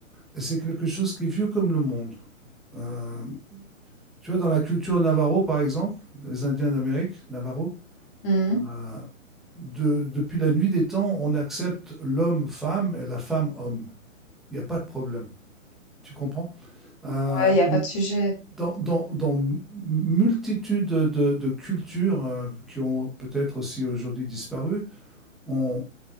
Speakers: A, in the centre; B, on the left.
A: Et C'est quelque chose qui est vieux comme le monde. Euh, Tu vois, dans la culture navarro, par exemple, les Indiens d'Amérique, navarro,
B: Mmh.
A: euh, de- depuis la nuit des temps, on accepte l'homme-femme et la femme-homme. Il n'y a pas de problème. Tu comprends? Euh,
B: Ouais, il y a
A: et
B: pas de sujet.
A: dans, dans, dans m- multitude de, de- de cultures euh, qui ont peut-être aussi aujourd'hui disparu, on,